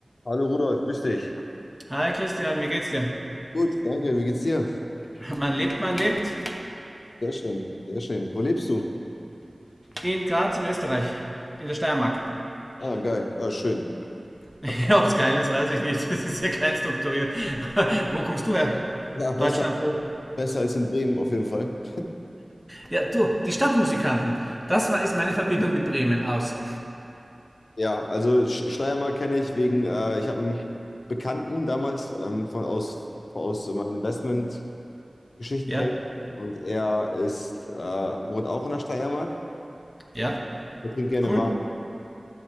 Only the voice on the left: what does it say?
Hallo Rudolf, grüß dich.
Gut, danke. Wie geht's dir?
Sehr schön, sehr schön. Wo lebst du?
Ah, geil. Ah, schön.
Hab ein-
Ja, besser,
besser als in Bremen auf jeden Fall.
Ja, also Sch- Schleiermark kenne ich wegen, äh, ich habe einen Bekannten damals ähm, von, aus, aus meinen Investment-Geschichten kennengelernt
und er ist, äh, wohnt auch in der Schleiermark.
Er trinkt gerne
Wein.